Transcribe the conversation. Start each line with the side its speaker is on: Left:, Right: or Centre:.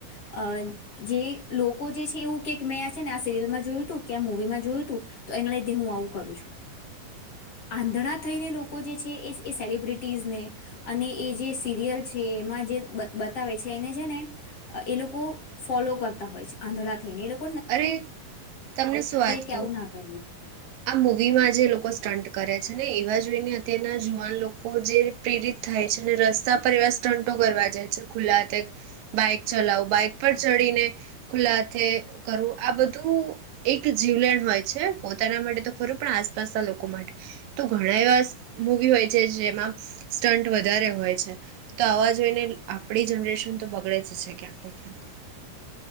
Left: અ જે લોકો જે છે એવું કે મેં આ છે ને આ સિરિયલમાં જોયું હતું કે આ મુવીમાં જોયું હતું તો એના લીધે હું આવું કરું છું આંધળ થઈને લોકો જે છે એ સેલિબ્રિટીઝને અને એ જે સિરિયલ છે એમાં જે બતાવે છે એને છે ને એ લોકો ફોલો કરતા હોય છે આંધળા થઈને એ લોકો
Right: અરે તમને શું વાત
Left: કે
Right: કહું
Left: આવું ના કરવું જોઈએ
Right: આ મુૂવીમાં જે લોકો સ્ટન્ટ કરે છે છે ને એવા જોઈને અત્યારના જુવાન લોકો જે પ્રેરિત થાય છે ને રસ્તા પર એવા સ્ટંટો કરવા જાય છે ખુલ્લા હાથે બાઈક ચલાવો બાઈક પર ચડીને ખુલ્લા હાથે કરું આ બધું એક જીવલેણ હોય છે પોતાના માટે તો ખરું પણ આસપાસના લોકો માટે તો ઘણા એવા મૂવી હોય છે જેમાં સ્ટન્ટ વધારે હોય છે તો આવા જોઈને આપણી જનરેશન તો બગડે જ છે ક્યાંક ને ક્યાંક